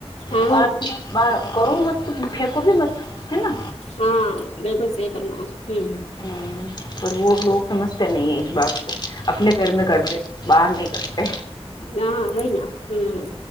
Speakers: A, on the left (about 85°); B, on the left (about 45°).
A: ہاں
B: بات با کرو مت تم پھینکو بھی مت ہے نا
A: ہاں بالکل صحیح فرمایا امم
B: ہوں پر وہ لوگ سمجھتے نہیں ہیں اس بات کو اپنے گھر میں کرتے ہے باہر نہیں کرتے
A: نا نے نا امم